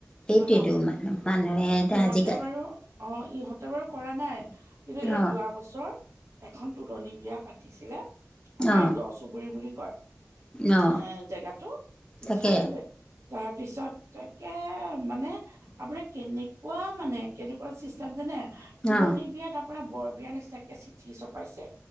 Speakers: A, on the left; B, on the right.
A: সেইটোৱেতো
B: হয় ন
A: মানুহ-মানুহেটো
B: ইহঁতে
A: আজিকাল
B: বাৰু অ' ইহঁতে বাৰু কৰা নাই, কিন্তু এই
A: অ
B: যোৱা বছৰ, এখন তুলনি বিয়া পাতিছিলে, আমাৰ
A: অ
B: এই দ চুবুুৰী বুলি কয়।
A: অ
B: এ জেগাটো পিছফাললে
A: তাকে
B: তাৰপিছত তাকে মানে আপোনাৰ কেনেকুৱা মানে কেনেকুৱা চিষ্টেম জানে? তুলনী
A: অ
B: বিয়াত আপোনাৰ বৰ বিয়া নিচিনাকে চিঠি চপাইছে।